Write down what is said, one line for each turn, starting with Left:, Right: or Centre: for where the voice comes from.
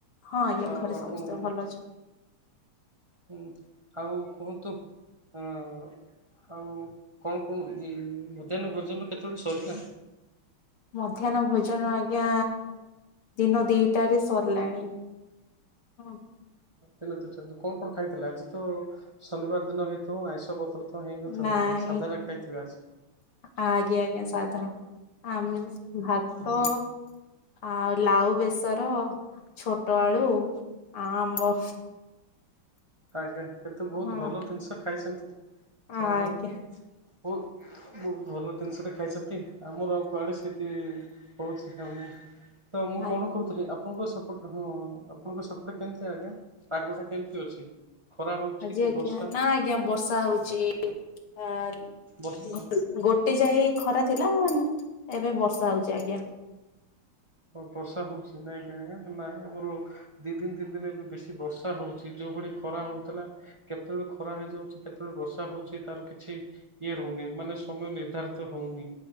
Left: ହଁ ଆଜ୍ଞା
Right: ଆଉ
Left: ଘରେ
Right: ଆପଣ
Left: ସମସ୍ତେ ଭଲ ଅଛିନ୍ତି।
Right: ହୁଁ ଆଉ କୁହନ୍ତୁ ହୁଁ ଆଉ କଣ କଣ ମଧ୍ୟାହ୍ନ ଭୋଜନ କେତେବେଳେ ସରିଲା?
Left: ମଧ୍ୟାହ୍ନ ଭୋଜନ ଆଜ୍ଞା ଦିନ ଦିଟାରେ ସରିଲାଣି। ହଁ।
Right: ଦିନେ ଦୁଇଟା କଣ କଣ ଖାଇଥିଲା? ଆଜି ତ ଶନିବାର ଦିନ ହେଇଥିବ ଆଇଁଷ ପତ୍ର। ତ ହେଇନଥିବ
Left: ନାଇଁ
Right: ବୋଧେ ସାଧାରେ ଖାଇଥିବେ ଆଜି।
Left: ଆଜ୍ଞା ଆଜ୍ଞା ସାଧା। ଆମେ ଭାତ
Right: ହୁଁ
Left: ଆଉ ଲାଉବେସର। ଛୋଟଆଳୁ ଆଉ ଆମ୍ବ।
Right: ଆଜ୍ଞା କେତେ ବହୁତ
Left: ହଁ
Right: ଭଲ ଜିନିଷ ଖାଇଛନ୍ତି ଯାହା
Left: ଆଜ୍ଞା
Right: ହଉ ବହୁତ୍। ବହୁତ ଭଲ ଜିନିଷଟା ଖାଇଛନ୍ତି। ଆମର ଆଉ କୁଆଡେ ସେଇଠି ହଉଛି ଖାଉନି। ତ ମୁଁ
Left: ଆଜି
Right: କଣ କହୁଥିଲି? ଆପଣଙ୍କ ସ ଏପଟେ ହଁ ଆପଣଙ୍କ ସେପଟ କେମିତି ଆଜ୍ଞା? ପାଗଟା କେମିତି ଅଛି? ଖରା ହଉଛି
Left: ଆଜି
Right: କି
Left: ଆଜ୍ଞା
Right: ବର୍ଷା
Left: ନା ଆଜ୍ଞା ବର୍ଷା ହଉଛି ହଁ
Right: ବର୍ଷା
Left: ଘ। ଗୋଟ ଯାଏଖରା ଥିଲା। ଏବେ ବର୍ଷା ହଉଛି ଆଜ୍ଞା।
Right: ବର୍ଷା ହଉଛି। ନାଇଁଆଜ୍ଞା ନାଇଁ ଆମର ଦି ତିନି ଦିନ ଏବେ ବେଶୀ ବର୍ଷା ହେଉଛି। ଯେଉଁଭଳି ଖରା ହେଉଥିଲା। କେତେବେଳେ ଖରା ହେଇଯାଉଛି। କେତେବେଳେ ବର୍ଷା ହଉଛି ତାର କିଛି ଇଏ ରଉନି। ମାନେ ସମୟ ନିର୍ଦ୍ଧାରିତ ହଉନି।